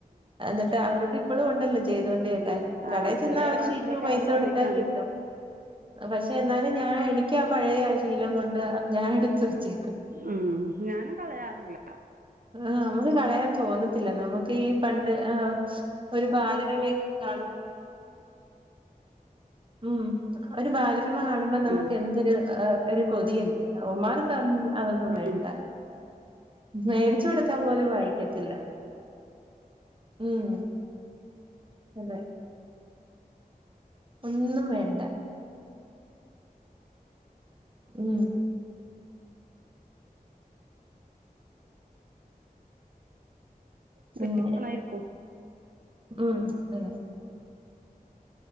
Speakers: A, on the right; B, on the right.
A: എന്നിട്ട് അവർക്ക് ഇപ്പോളും ഉണ്ടല്ലോ ചെയ് അല്ലേ
B: ആ
A: കടയിൽ ചെന്നാ
B: ചെറിയ ക്ലാസ്സിലൊക്കെ
A: ഒരു ഷീറ്റ് പൈസ
B: ആവുമ്പോൾ
A: കൊടുത്താ
B: അധികമാണ്
A: കിട്ടും. പക്ഷേ എന്നാലും ഞാൻ എനിക്ക് ആ പഴയ ആ ശീലം കൊണ്ട് ഞാൻ എടുത്തു വെച്ചേ
B: മ് ഞാനും കളയാറില്ല
A: ആ നമുക്ക് കളയാൻ തോന്നത്തില്ല നമുക്ക് ഈ പണ്ട് ഏ ഒരു ബാലരമ ഒക്കെ കാണു ഉം ഒരു ബാലരമ കാണുമ്പോ നമുക്ക്
B: ഉം
A: എന്തൊരു ആ ഒരു കൊതിയല്ലേ ഇവന്മാർക്ക് അതൊന്നും അതൊന്നും വേണ്ട
B: ഉം
A: മേടിച്ചു കൊടുത്താൽ പോലും വായിക്കത്തില്ല മ് അതെ ഒന്നും വേണ്ട മ് പിന്നെ
B: പെണ്ണുങ്ങളായിരിക്കും
A: ഉം അതെ